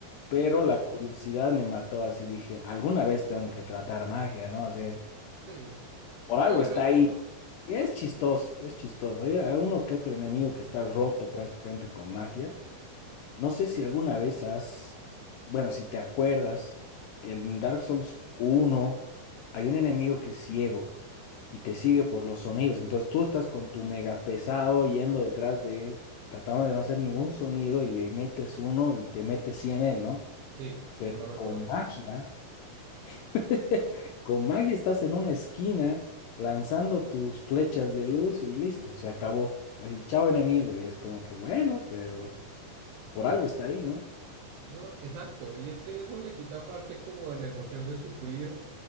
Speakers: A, on the left (about 80°); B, on the right (about 75°).
A: Pero
B: Me encanta.
A: la curiosidad me mató, así dije, alguna vez tengo que tratar magia, ¿no? Así,
B: Sí.
A: por
B: No,
A: algo
B: y
A: está
B: lo entiendo.
A: ahí. Y es chistoso, es chistoso. Hay hay uno que otro enemigo que está roto prácticamente con magia. No sé si alguna vez has, bueno, si te acuerdas, en Dark Souls uno hay un enemigo que es ciego y te sigue por los sonidos. Entonces tú estás con tu mega pesado yendo detrás de él, tratando de no hacer ningún sonido y le metes uno y te metes 100 en él, ¿no?
B: Sí,
A: Pero
B: se lo recuerdo.
A: con magia, <laughs> con magia estás en una esquina lanzando tus flechas de luz y listo, se acabó. Así, chao enemigo. Y es como que, bueno, pero por algo está ahí, ¿no?
B: No, exacto, y es que eso le quita parte como de la emoción de sufrir